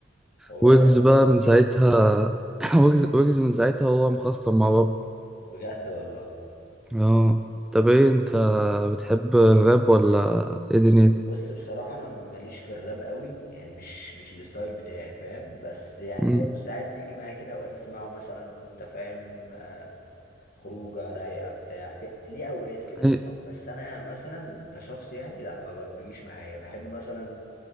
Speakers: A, on the left (about 50°); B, in the centre.
A: حوار
B: ويجز
A: حوار
B: بقى
A: كبير
B: من ساعتها <laughs> ويجز ويجز من ساعتها هو مخصم مع بابلو
A: بجد والله
B: اه طب ايه انت بتحب الراب ولا ايه دنيتك
A: بص بصراحة أنا ماليش في الراب قوي يعني مش مش الستايل بتاعي فاهم بس يعني
B: مم.
A: برضو ساعات بيجي معايا كده أوقات أسمعه مثلا وأنت فاهم آه، خروجة رايقة بتاع في ليه أوقات كده بصراحة
B: أي-
A: بس أنا مثلا كشخص يعني لا ما ب- بيجيش معايا بحب مثلا